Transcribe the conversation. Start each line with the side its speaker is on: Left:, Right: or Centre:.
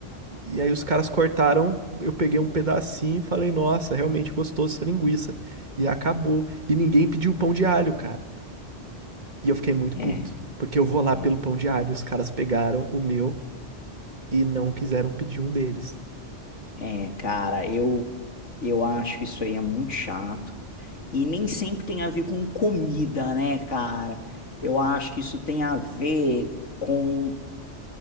Right: E aí os caras cortaram, eu peguei um pedacinho e falei, nossa, realmente gostoso essa linguiça. E acabou. E ninguém pediu pão de alho, cara. E eu fiquei muito
Left: É,
Right: puto. Porque eu vou lá
Left: é,
Right: pelo pão de alho. Os caras pegaram o meu e não quiseram pedir um deles.
Left: é, cara, eu eu acho que isso aí é muito chato. E nem sempre tem a ver com comida, né, cara? Eu acho que isso tem a ver com